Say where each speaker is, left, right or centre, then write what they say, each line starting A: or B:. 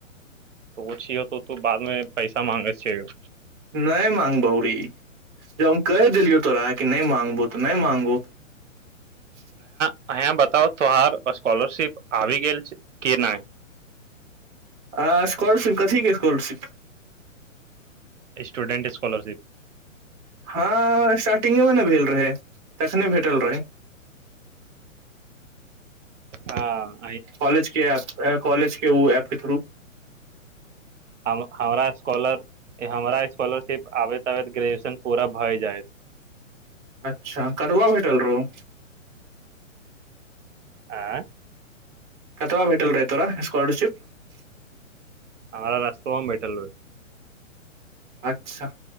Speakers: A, on the right; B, on the right.
A: उ छियौ बाद मे तु पैसा मांगै छियो
B: नै मांगबो रे जब हम कहि देलियौ तोरा की नै मांगबौ नहि मांगबो उ
A: अंहा बताओ तोहार स्कॉलरशीप आबि गेल छै की नहि
B: आँ स्कॉलरशीप कथि के स्कॉलरशीप
A: स्टूडेंट स्कॉलरशीप
B: हाँ स्टार्टिंग मे न भेल रहै तखने भेटल रहै
A: हाँ
B: कॉलेज के आएत ऐं कॉलेज के उ ऐप्प के थूरू <inaudible>
A: <unintelligible> हमरा स्कॉलर के हमरा स्कॉलरशीप आबैत आबैत ग्रेजुशन पुरा भरि जायत
B: अच्छा कतबां भेटल रहों
A: आँ
B: कतबां भेट रहै तोरा स्कॉलरशीप
A: हमरा बस फर्म भेटल रहै
B: अच्छा